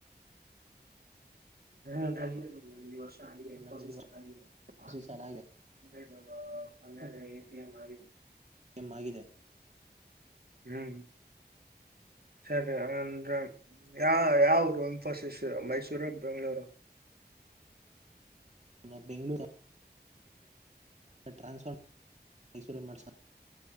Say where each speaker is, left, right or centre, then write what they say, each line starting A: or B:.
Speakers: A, on the right; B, on the right.
A: <inaudible>
B: ನನಗೆ ಈ ಸಾಲ ಆಗಿದೆ
A: <inaudible>
B: ಎಂ ಆಗಿದೆ
A: ಹ್ಮ್ ಸರಿ ಅಂದ್ರ ಯ ಯಾವ ಇಫಸ ಮೈಸೂರು ಬೆಂಗ್ಗಳೂರು
B: ನಮ್ಮ ಬೆಂಗಳೂರು ಟ್ರಾನ್ಸ್ಫಾರ್ಮ ಮೈಸೂರು ಮಾಡ್ಸ